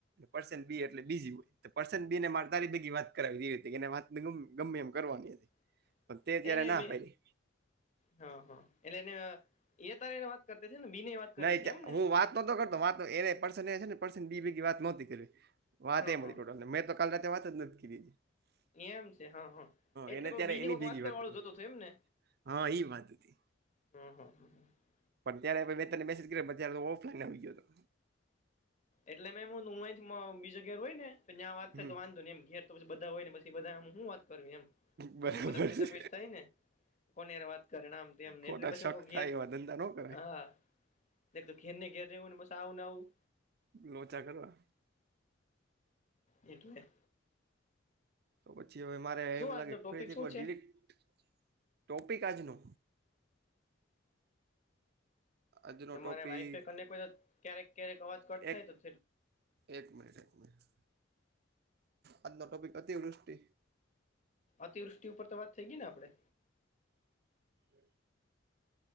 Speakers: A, on the right; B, on the left.
A: પર્સન બી એટલે બીજી હોય પર્સન બી ને મારે તારી ભેગી વાત કરાવી દેવી હતી કે એને વાત ગમે એમ કરવાની હતી
B: <inaudible>
A: પણ તે ત્યારે
B: એને
A: ના
B: મે
A: પાડી
B: હા હા એટલે એને એ તારે એને વાત કરતા છે નેબી વાત કરવી
A: ના
B: હતી એમ ને
A: હું વાત નહોતો કરતો વાત એ પર્સન એ છે ને પર્સન બી ભેગી વાત નહોતી કર વાત
B: હા
A: એમની
B: હા
A: <inaudible> ટોટલ ન મેં તો કાલે રાતે વાત જ નથી કરી
B: એમ છે હા હા એટલે
A: એને
B: કો
A: ત્યારે
B: બી ની
A: એની
B: કોઈ
A: ભેગી
B: વાત કરવા વાળું
A: હતી
B: જોતો થ એમ ને
A: હા એ વાત હતી
B: અહ
A: પણ ત્યારે મે તને મેસેજ કર્યો પછી મે ઓફલાઈન આવી ગયો હતો
B: એટલે મે હુ અહી થી બીજે જગ્યા એ હોય ને તો જ્યાં વાત
A: હમ
B: થાય તો વાંધો ને એમ ઘેર તો બધા હોય ને હુ હુ વાત કરવી એમ
A: બરાબર
B: તો બધા પૂછયા
A: છે
B: પેસ થાય ને કોને યાર વાત કરે આમ તેમને
A: ખોટા
B: એટલે પછી
A: શક
B: હ ઘેર
A: થાય એવા ધંધા ન કરાય
B: હા એક તો ઘેરને ઘેર રહેવુ ને પછી આવું ને આવું
A: લોચા કરતા
B: એટલે
A: તો પછી હવે મારે
B: શું
A: એવું
B: આજનો
A: લાગે
B: ટોપિક
A: ફરીથી
B: શું
A: કોઈ
B: છે
A: ડિરેક્ટ ટોપિક આજનો આજનો
B: તમારા
A: ટોપિક
B: વાઈફે અને કોઈ તો ક્યારેક ક્યારેક અવાજ કટ
A: એક
B: થાય તો
A: એક મિનિટ એક મિનિટ આજનો ટોપિક અતિવૃષ્ટિ
B: અતિવૃષ્ટિ ઉપર તો વાત થઈ ગઈ ને આપડે
A: હ